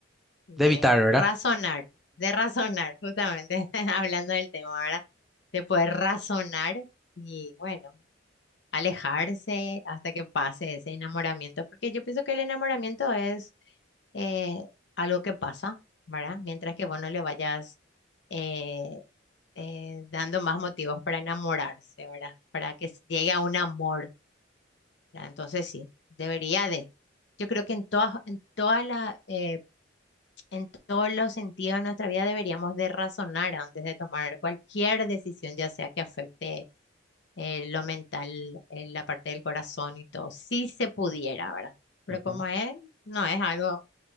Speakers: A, on the left; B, in the centre.
A: de
B: De evitar, ¿verdad?
A: razonar, de razonar, justamente <laughs> hablando del tema ahora, de poder razonar y bueno. alejarse hasta que pase ese enamoramiento, porque yo pienso que el enamoramiento es eh, algo que pasa, ¿verdad? Mientras que vos no le vayas eh, eh, dando más motivos para enamorarse, ¿verdad? Para que s- llegue a un amor, ¿verdad? Entonces sí, debería de. Yo creo que en todas, en toda la, eh, en todos los sentidos de nuestra vida deberíamos de razonar antes de tomar cualquier decisión, ya sea que afecte eh, lo mental, eh, la parte del corazón y todo, si se pudiera, ¿verdad? Pero
B: Ujú.
A: como es, no es algo